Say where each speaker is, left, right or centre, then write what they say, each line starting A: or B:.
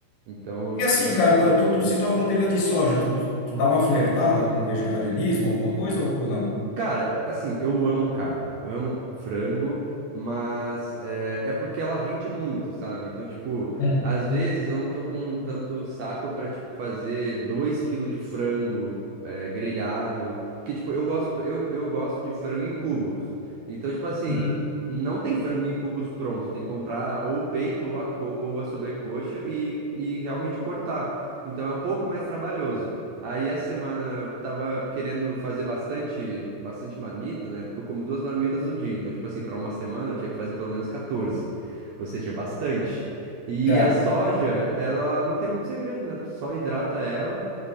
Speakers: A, on the right (about 75°); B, on the left (about 65°).
A: Então eu
B: E
A: fico
B: assim,
A: controlando
B: cara, pra-
A: pela
B: tu, tu citou a proteína de soja, tu, tu, tu dá uma flertada com vegetarianismo, alguma coisa ou, ou não?
A: Cara, assim, eu amo carne, amo frango, mas é, é porque ela rende muito, sabe? Então, tipo,
B: Hum,
A: às vezes eu não tô com tanto saco pra, tipo, fazer 2 quilos de frango é, grelhado. Porque, tipo, eu gosto, eu, eu gosto de frango em cubos. Então, tipo assim,
B: hum.
A: não tem frango em cubos pronto, tem que comprar ou o peito ou a, co- ou a sobrecoxa e, e realmente cortar. Então é um pouco mais trabalhoso. Aí essa semana eu tava querendo fazer bastante, bastante marmita, né? Porque eu como duas marmitas no dia. Então, tipo assim, para uma semana eu tinha que fazer pelo menos 14. Ou seja, bastante. E
B: Certo.
A: a soja, ela não tem muito segredo, né? Tu só hidrata ela